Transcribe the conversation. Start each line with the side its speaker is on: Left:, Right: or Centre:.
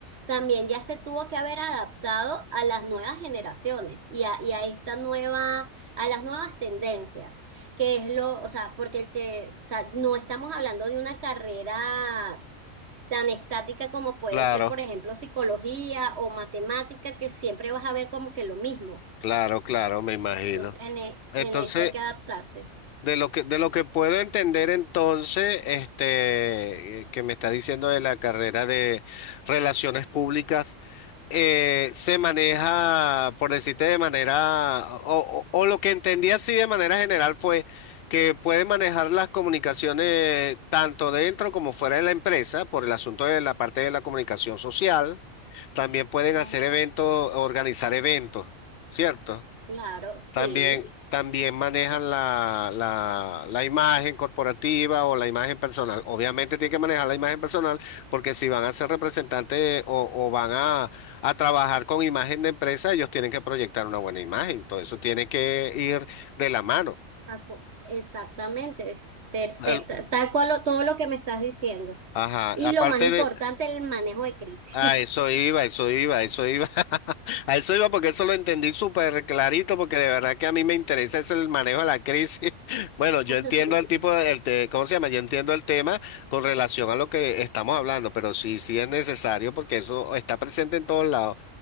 Right: también ya se tuvo que haber adaptado a las nuevas generaciones y a, y a esta nueva a las nuevas tendencias, que es lo, o sea, porque el que, o sea, no estamos hablando de una carrera tan estática como puede
Left: Claro,
Right: ser, por ejemplo, psicología o matemática, que siempre vas a ver como que lo mismo,
Left: claro, claro, me imagino.
Right: ¿no? En, e-
Left: Entonces,
Right: en esta hay que adaptarse.
Left: de lo que, de lo que puedo entender entonces, este, eh, que me está diciendo de la carrera de relaciones públicas. eh, se maneja, por decirte de manera, o, o- o lo que entendí así de manera general fue que puede manejar las comunicaciones tanto dentro como fuera de la empresa por el asunto de la parte de la comunicación social. También pueden hacer
Right: Ajá.
Left: eventos, organizar eventos, ¿cierto?
Right: Claro, sí.
Left: También, también manejan la, la, la imagen corporativa o la imagen personal. Obviamente tienen que manejar la imagen personal porque si van a ser representantes o, o van a, a trabajar con imagen de empresa, ellos tienen que proyectar una buena imagen. Todo eso tiene que ir de la mano.
Right: Aco- Exactamente, perfecta,
Left: El-
Right: tal cual lo- todo lo que me estás diciendo.
Left: ajá.
Right: Y
Left: Aparte
Right: lo más importante,
Left: de,
Right: el manejo de crisis.
Left: Ah, eso iba, eso iba, eso iba. <laughs> A eso iba porque eso lo entendí súper clarito porque de verdad que a mí me interesa es el manejo de la crisis. <laughs> Bueno,
Right: <laughs>
Left: yo entiendo el tipo de, el te- ¿cómo se llama? Yo entiendo el tema con relación a lo que estamos hablando, pero sí, sí es necesario porque eso está presente en todos lados.